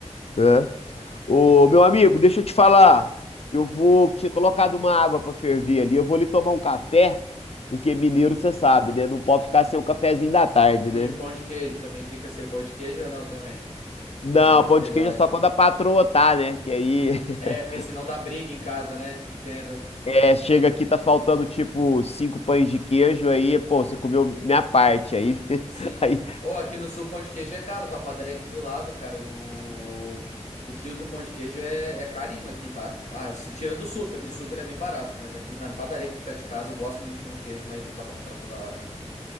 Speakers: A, on the left (about 60°); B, on the left (about 80°).
A: É. Ô, meu amigo, deixa eu te falar. Eu vou tinha colocado uma água para ferver ali. Eu vou ali tomar um café, porque
B: Uhum.
A: mineiro você sabe, né? Não pode ficar sem o cafezinho da tarde, né?
B: E o pão de queijo também fica sem o pão de queijo ou não também?
A: Não,
B: Vamos
A: pão
B: de estereótipo.
A: de queijo é só quando a patroa tá, né? Que aí <laughs>
B: É, porque senão dá briga em casa, né? Entendo.
A: É, chega aqui, tá faltando tipo cinco pães de queijo, aí, pô, você comeu minha parte, aí, <laughs>
B: Sim.
A: aí,
B: Ou aqui no sul, pão de queijo é caro, tá? A padaria aqui do lado, cara. O, o quilo do pão de queijo é, é carinho aqui, tá? Ah, se tira do super. No super é bem barato, mas aqui na padaria aqui perto de casa eu gosto muito de pão de queijo, mas não dá pra comprar toda hora.